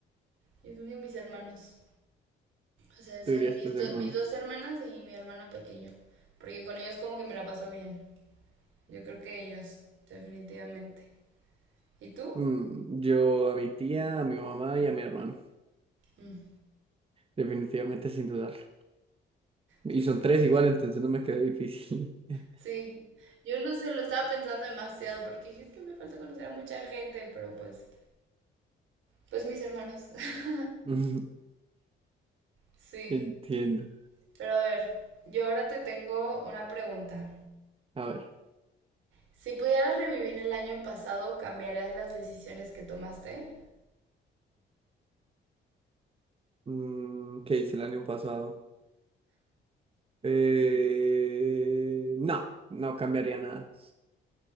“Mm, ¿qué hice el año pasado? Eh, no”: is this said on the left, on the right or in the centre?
Right